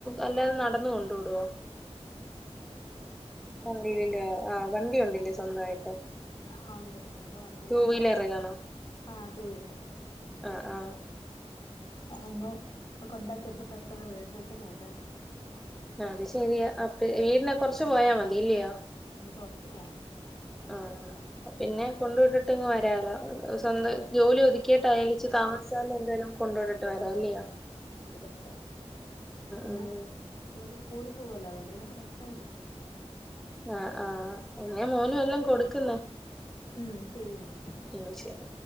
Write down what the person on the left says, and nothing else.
വണ്ടിയില് ഇവിടെ കൊറച്ച് പോണം
ആഹ് ഉണ്ട്ണ്ട് അപ്പൊ വണ്ടിയില്
കൊണ്ടാക്കും
ആ ടുവീലർ
ആവുമ്പോ കൊണ്ടാക്കി നമുക്ക് പെട്ടെന്ന് <unintelligible> വരാ
ഇനി കൊറച്ച് പോണം
അതെ അതെ പിന്നെ
ഇനത്തെസ്കൂളിൽ പോവല്ലോ അതൊണ്ട് പിന്നെ പ്രശ്നയില്ല.
ം ശരി എന്നാ.